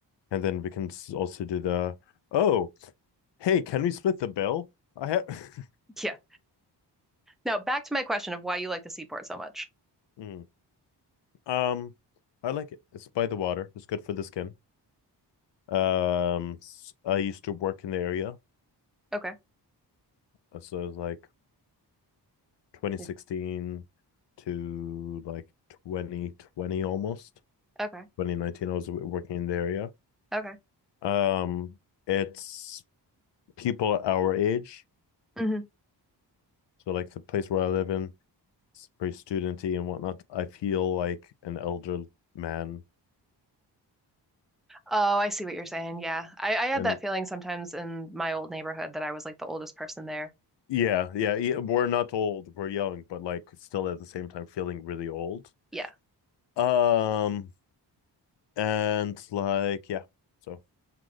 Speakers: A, on the left; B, in the centre.
A: and then we can also do the oh hey can we split the bill i have <laughs>
B: Yeah. Now back to my question of why you like the seaport so much.
A: Mm. um i like it it's by the water it's good for the skin um I used to work in the area
B: Okay.
A: uh, so it was like 2016
B: Yeah.
A: to like 2020 almost
B: Okay.
A: 2019 i was working in the area
B: Okay.
A: um it's people our age
B: hmm
A: so like the place where i live in it's pretty studenty and whatnot i feel like an elder man
B: Oh, I see what you're saying. Yeah. I, I had
A: and
B: that feeling sometimes in my old neighborhood that I was like the oldest person there.
A: Yeah, yeah, yeah. We're not old, we're young, but like still at the same time feeling really old.
B: Yeah.
A: Um, and like, yeah. So